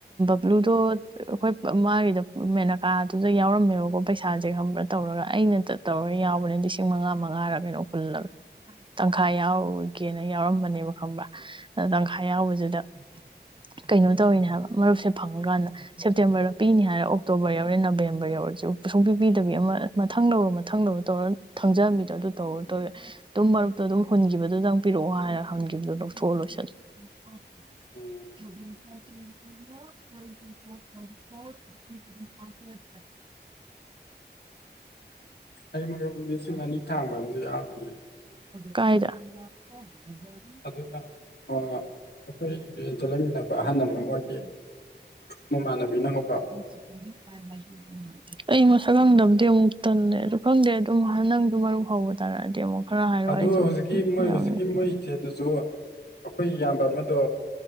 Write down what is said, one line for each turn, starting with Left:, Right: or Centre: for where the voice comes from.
Right: ꯕ꯭ꯂꯨꯗꯣ ꯑꯩꯈꯣꯏ ꯃꯥꯒꯤꯗ ꯃꯦꯅꯀꯥꯗꯨꯗ ꯌꯥꯎꯔꯝꯃꯦꯕꯀꯣ ꯄꯩꯁꯥꯁꯦ ꯈꯪꯕ꯭ꯔꯥ ꯇꯧꯔꯒ ꯑꯩꯅ ꯇꯧꯔ ꯌꯥꯎꯕꯅꯦ ꯂꯤꯁꯤꯡ ꯃꯉꯥ ꯃꯉꯥꯔ ꯀꯩꯅꯣ ꯍꯨꯜꯂꯕ ꯇꯪꯈꯥꯏ ꯌꯥꯎꯔꯒꯦꯅ ꯌꯥꯎꯔꯝꯕꯅꯦꯕ ꯈꯪꯕ꯭ꯔꯥ ꯑꯗ ꯇꯪꯈꯥꯏ ꯌꯥꯎꯕꯁꯤꯗ ꯀꯩꯅꯣ ꯇꯧꯔꯤꯅꯦ ꯍꯥꯏꯕ ꯃꯔꯨꯞꯁꯦ ꯐꯪꯀꯥꯟꯗ ꯁꯦꯞꯇꯦꯝꯕꯔꯗ ꯄꯤꯅꯤ ꯍꯥꯏꯔꯦ ꯑꯣꯛꯇꯣꯕꯔ ꯌꯧꯔꯦ ꯅꯕꯦꯝ ꯌꯔꯦ ꯌꯧꯔꯁꯤ ꯁꯨꯡ ꯄꯗꯕꯤ ꯑꯃ ꯃꯊꯪ ꯂꯧꯔꯣ ꯃꯊꯪ ꯂꯧꯔꯣ ꯇꯧꯔꯣ ꯊꯪꯖꯍꯕꯤꯗꯣ ꯑꯗꯨ ꯇꯧꯔꯣ ꯑꯗꯨꯝ ꯃꯔꯨꯞꯇꯣ ꯑꯗꯨꯝ ꯍꯨꯟꯈꯤꯕꯗꯨꯗꯪ ꯄꯤꯔꯛꯑꯣ ꯍꯥꯏꯔꯒ ꯍꯟꯈꯤꯕꯗꯨ ꯂꯧꯊꯣꯛꯑꯣ ꯂꯣꯏꯁꯤꯜꯂ <inaudible>
Left: ꯎꯝ
Right: <inaudible>
Left: ꯑꯩ ꯃꯔꯨꯞ ꯂꯤꯁꯤꯡ ꯑꯅꯤ ꯊꯥꯡꯕ ꯑꯃꯁꯨ ꯌꯥꯎꯔꯤꯌꯦ
Right: <inaudible> ꯀꯥꯏꯗ <inaudible>
Left: ꯑꯗꯨꯅ ꯑꯩꯈꯣꯏ ꯆꯠꯂꯃꯤꯟꯅꯕ ꯑꯍꯜ ꯑꯃ ꯃꯣꯏꯒꯤ ꯃꯃꯥꯟꯅꯕꯤꯅ ꯍꯧꯕ
Right: <unintelligible>
Left: <unintelligible>
Right: ꯑꯩ ꯃꯁꯛ ꯈꯪꯗꯕꯗꯤ ꯑꯃꯨꯛ ꯇꯜꯂꯦ ꯑꯗꯨꯗ ꯈꯪꯗꯦ ꯑꯗꯨꯝ ꯅꯪꯗ ꯃꯔꯨꯞ ꯍꯧꯕ ꯇꯥꯔꯛꯑꯗꯤ ꯑꯃꯨꯛ ꯈꯔ ꯍꯥꯏꯔꯣ
Left: ꯑꯗ
Right: ꯑꯩꯁꯨ
Left: ꯍꯧꯖꯤꯛꯀꯤ ꯃꯣꯏ
Right: ꯌꯥꯎꯅꯤ
Left: ꯍꯧꯖꯤꯛꯀꯤ ꯃꯣꯏ ꯏꯆꯦꯗꯨꯁꯨ ꯑꯩꯈꯣꯏ ꯏꯌꯥꯝꯕ ꯑꯃꯗꯣ